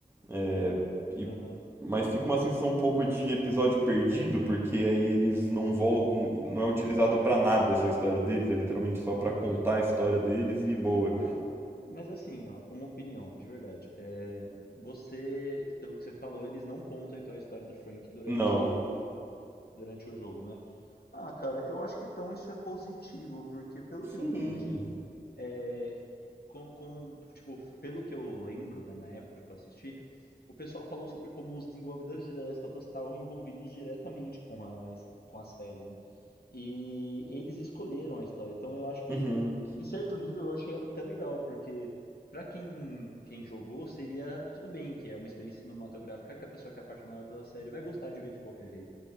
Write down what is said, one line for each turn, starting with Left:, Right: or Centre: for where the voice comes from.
Right: É, e,
Left: Aham.
Right: mas fica uma sensação um pouco de episódio perdido, porque aí eles não voltam, não
Left: Hum.
Right: é utilizado pra nada essa história deles, é literalmente só pra contar a história deles e boa.
Left: Ah, mas assim, ó, uma opinião, de verdade. É, você, pelo que você falou, eles não contam então a história do Frank durante
Right: Não.
Left: o, durante o jogo, né? Ah, cara, eu acho que então isso é positivo, porque pelo
Right: Sim.
Left: que eu entendi, é, com, com, tipo, pelo que eu lembro, né, na época que eu assisti, o pessoal falou sobre como os desenvolvedores de The Last of Us estavam envolvidos diretamente com a, es- com a série, né? E eles escolheram a história. Então eu acho que,
Right: Uhum.
Left: em certo nível, eu achei até legal, porque pra quem, quem jogou, seria tudo bem, que é uma experiência cinematográfica que a pessoa que é apaixonada pela série vai gostar de ver de qualquer jeito.